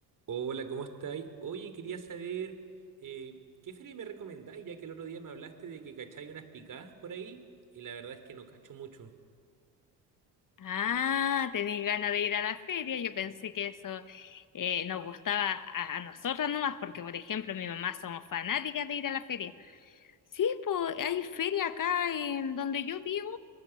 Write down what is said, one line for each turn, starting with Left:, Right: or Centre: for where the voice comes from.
Right: Hola, ¿cómo estáis? Oye, quería saber eh, ¿qué feria me recomendáis? Ya que el otro día me hablaste de que cacháis unas picadas por ahí y la verdad es que no cacho mucho.
Left: Ah, tenéis ganas de ir a la feria. Yo pensé que eso eh, nos gustaba a, a nosotras nomás, porque por ejemplo mi mamá somos fanáticas de ir a la feria. Sí, pues hay feria acá en donde yo vivo.